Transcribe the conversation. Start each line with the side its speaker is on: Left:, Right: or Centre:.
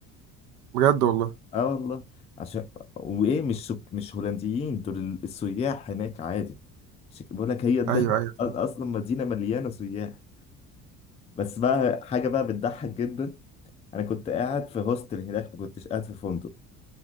Right: بجد والله
Left: اه والله عشان وايه مش سك... مش هولنديين دول ال- السياح هناك عادي عشان كده بقول لك هي الدهب
Right: ايوه
Left: <laughs> أ-
Right: ايوه
Left: اصلا
Right: فاهم.
Left: مدينه مليانه سياح بس بقى حاجه بقى بتضحك جدا انا كنت قاعد في هوستل هناك ما كنتش قاعد في فندق